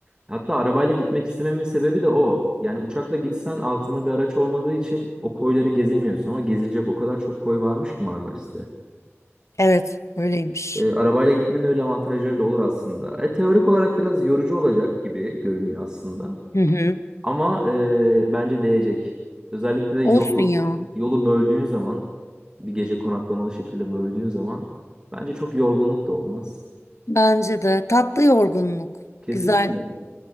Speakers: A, on the right; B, on the left.
A: Hatta arabayla gitmek istememin sebebi de o. Yani uçakla gitsen altında bir araç olmadığı için o koyları gezemiyorsun ama gezilecek o kadar çok koy varmış ki Marmaris'te.
B: Evet, öyleymiş.
A: E, arabayla gitmenin öyle avantajları da olur aslında. E, teorik olarak biraz yorucu olacak gibi görünüyor aslında.
B: Hı hı.
A: Ama e, bence değecek. Özellikle de yolu
B: Olsun ya.
A: yolu böldüğün zaman bir gece konaklamalı şekilde böldüğün zaman bence çok yorgunluk da olmaz.
B: Bence de tatlı yorgunluk.
A: Kesinlikle.
B: Güzel.